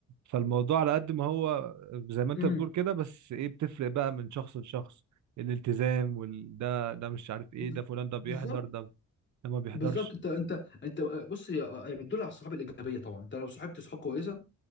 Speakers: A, on the right (about 70°); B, on the left (about 40°).
A: فالموضوع على قد ما هو زي ما انت
B: امم
A: بتقول كده بس ايه بتفرق بقى من شخص لشخص الالتزام وال ده ده مش عارف ايه
B: بز-
A: ده فلان ده بيحضر
B: بالظبط
A: ده ده ما بيحضرش
B: بالظبط انت انت انت بص هي هي بتدل على الصحاب الايجابيه طبعا انت لو صاحبت صحاب كويسه